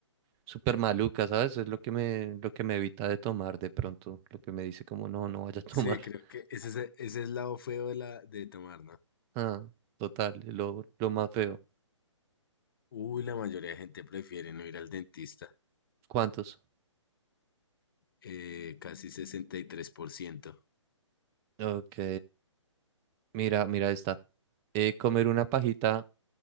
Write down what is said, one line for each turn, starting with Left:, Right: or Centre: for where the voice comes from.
Right: súper maluca, ¿sabes? Es lo que me, lo que me evita de tomar de pronto, lo que me dice como no, no vaya a tomar.
Left: Sí,
Right: <laughs>
Left: creo que ese es, ese es el lado feo de, la, de tomar, ¿no?
Right: Ah, total, lo, lo más feo.
Left: Uy, la mayoría de gente prefiere no ir al dentista.
Right: ¿Cuántos?
Left: Eh, casi sesenta y tres por ciento
Right: Ok, mira, mira esta. Eh, comer una pajita